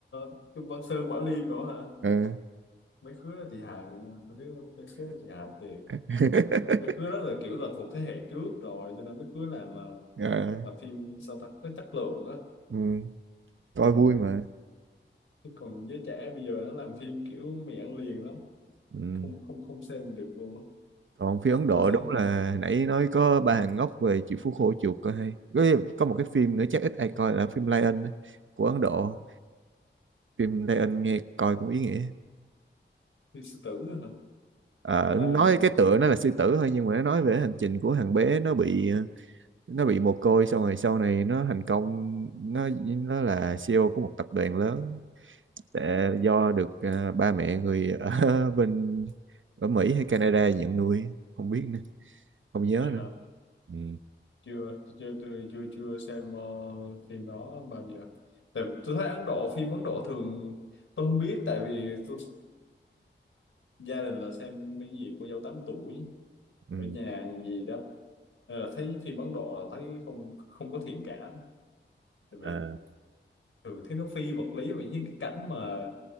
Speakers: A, on the left (about 85°); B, on the right (about 75°).
A: uh, phim Văn Sơn Quả Liêm nữa hả
B: Ừ.
A: mấy khứa đó thì hài nha mấy đứa mấy khứa đó thì hài thiệt
B: <laughs>
A: mấy khứa đó là kiểu là thuộc thế hệ trước rồi cho nên mấy khứa làm ờ,
B: Ờ,
A: là phim sao ta nó chất lượng á
B: ừ, coi
A: ừ.
B: vui mà.
A: chứ còn giới trẻ bây giờ nó làm phim kiểu mì ăn liền lắm
B: Ừ.
A: không không không xem được luôn á
B: còn phim Ấn Độ
A: vô xem
B: đúng là
A: em
B: nãy nói có ba hàng ngốc về chịu phú khô chuột coi hay có, có một cái phim nữa chắc ít ai coi là phim Lion á, của Ấn Độ phim Lion nghe coi cũng ý nghĩa
A: như sư tử á hả
B: Ờ,
A: Lion
B: nói cái
A: á.
B: tựa nó là sư tử thôi nhưng mà nó nói về hành trình của thằng bé nó bị nó bị mồ côi xong rồi sau này nó thành công nó nó là CEO của một tập đoàn lớn tại do được à, ba mẹ người ở <laughs> bên ở Mỹ hay Canada nhận nuôi không biết nữa không nhớ
A: dạ hả
B: nữa ừ.
A: chưa chưa tôi chưa chưa xem ờ, phim đó bao giờ tại tôi thấy Ấn Độ phim Ấn Độ thường tôi không biết tại vì tôi gia đình là xem cái gì cô dâu tám tuổi
B: Ừ.
A: ở nhà gì đó nên là thấy phim Ấn Độ là thấy không không có thiện cảm tại
B: Ờ,
A: vì thường thấy nó phi vật lý vì những cái cảnh mà